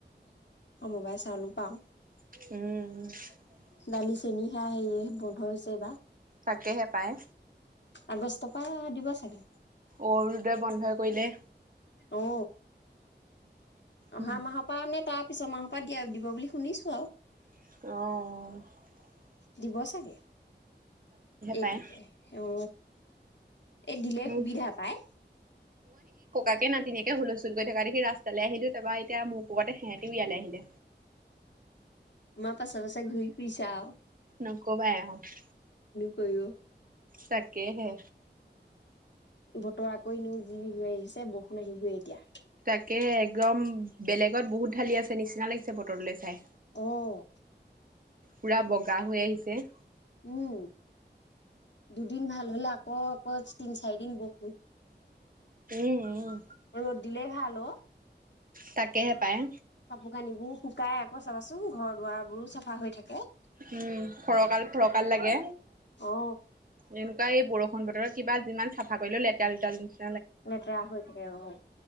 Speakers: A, on the left; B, on the right.
A: অ মবাই চাউলো পাওঁ।
B: উম
A: দালি চেনি সেয়া সেয় বন্ধ হৈছে এই বাৰ
B: তাকেহে পায়।
A: আগষ্টৰ পৰা দিব চাগে
B: অৰুণোদয় বন্ধ কৰিলে
A: অ অহা
B: উম।
A: মাহৰ পৰা নে তাৰ পিছৰ মাহৰ পৰা দিয়া দিব বুলি শুনিছোঁ আৰু
B: অঁ
A: দিব চাগে এই
B: পায়
A: উ এই দিলে
B: উম।
A: সুবিধা পায়
B: াকে <unintelligible> নাতিনাকে হুল হচুল কৰি থকা দেখি ৰা্তালৈ আহিলো তাৰৰা তেতিয়া মোৰ পকতে সিহঁতিও ইয়ালৈ আহিলে।
A: মই পাছ পাছে ঘুৰি ফুৰিছাও।
B: নকবাই আৰুৎ
A: ক <unintelligible>
B: তাকেহে।
A: বতৰা কৰিনো যি হৈ আহিছে বৰষুণ আহিবই এতিয়া।
B: তাকেহে একদম বেলেগত বহুত ঢালি আছে নিচিনা লাগিছে বতৰটোলৈ চাই।
A: অঁ।
B: পুৰা বগা হৈ আহিছে। যে
A: উম, দুদিন ভাল হলে আকৌ আকৌ তিন চাৰি দিন বহো
B: উম উম
A: ৰ'দ দিলেই ভাল হেল্ল'?
B: তাকেহে পায়।
A: কাপোৰ কানিবোৰ শুকাই আকৌ চাবাচোন ঘৰ দুৱাৰ বোৰো চাফা হৈ থাকে।
B: উম ফৰকাল ফৰকাল লাগে,
A: অ
B: এনেকুৱা এই বৰষুণ বতৰ কিবা যিমান চাফা কৰিলো লেতেৰা ল তালু
A: লেতেৰা হৈ থাকে অঁ,